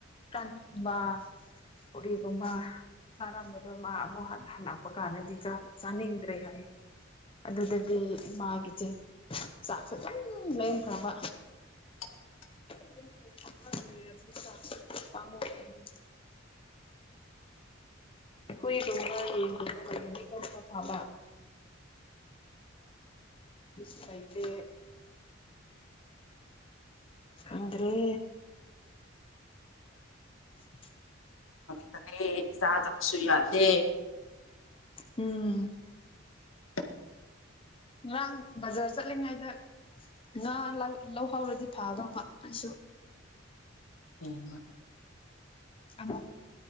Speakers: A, on the left; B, on the left.
A: ꯄꯒꯨꯝꯕ ꯄꯨꯣꯔꯤꯒꯨꯝꯕ ꯆꯥꯔꯝꯕꯗꯣ ꯃꯥꯕꯨꯛ ꯍ ꯍꯜꯂꯛꯄ ꯀꯥꯟꯗꯗꯤꯥꯛ ꯆꯥꯅꯤꯡꯗ꯭ꯔꯦ ꯍꯥꯏ ꯑꯗꯨꯗꯗꯤ ꯃꯥꯒꯤꯁꯦ ꯆꯥꯛꯁꯨ ꯑꯗꯨꯝ ꯂꯩꯔꯈ꯭ꯔꯕ
B: ꯇꯦꯡ
A: ꯑꯗꯨꯝꯊꯣꯛꯂ ꯂꯩꯔꯕꯅꯤ ꯆꯥꯛ ꯄꯥꯝꯃꯣ ꯑꯩꯗꯤ ꯑꯩꯣꯏꯔꯨꯝꯕ ꯌꯦꯡ ꯃꯔ ꯆꯥꯕ ꯁꯥꯏꯦ ꯑꯗ꯭ꯔꯦ ꯍ
B: ꯇꯔꯦ ꯁꯥ ꯇꯞ ꯁꯨꯌꯥꯗꯦ
A: ꯎꯝ
B: ꯇꯣꯛ
A: ꯉꯔꯥꯡ ꯕꯖꯥꯔ ꯆꯠꯂꯤꯉꯩꯗ ꯉꯥ ꯂꯧꯍꯧꯔꯗꯤ ꯐꯥꯗꯧꯕ ꯑꯩꯁꯨ
B: ꯍꯃ
A: ꯑꯃ